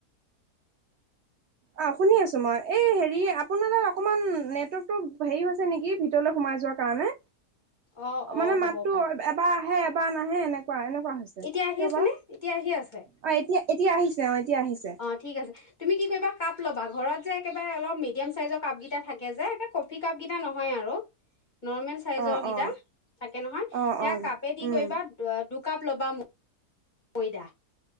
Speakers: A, on the right; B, on the left.
A: অ শুনি আছো মই। এই হেৰি আপোনাৰ তাত অকমান নেটৱৰ্কতটো হেৰি হৈছে নেকি ভিতৰলৈ সোমাই যোৱাৰ কাৰণে।
B: অ অ অ
A: মানে,
B: হ'ব
A: মাততো
B: পাই
A: এবাৰ আহে এবাৰ নাহে বা নাহে, এনেকুৱা এনেকো। <unintelligible> এনেকুৱা হৈছে,
B: এতিয়া আহি
A: কিয়
B: আছে
A: বা?
B: নে এতিয়া আহি আছে
A: অ' এতিয়া এতিয়া আহিছে অ এতিয়া আহিছে।
B: অ ঠিক আছে তুমি কি কৰিবা, কাপ ল'বা। ঘৰত যে একেবাৰে অলপ মি <inaudible> মিডিয়াম চাইজৰ কাপ কেইটা থাকে যে, <unintelligible> কফি কাপ কেইটা নহয় আৰু। নৰ্মেন চাইজৰ
A: অ
B: গীতা।
A: অ
B: থাকে নহয়,
A: অ
B: সেইয়া
A: অ
B: কাপে দি
A: উম
B: কৰিবা। আ <unintelligible> কাপ ল <unintelligible> বাম <unintelligible> কৈদা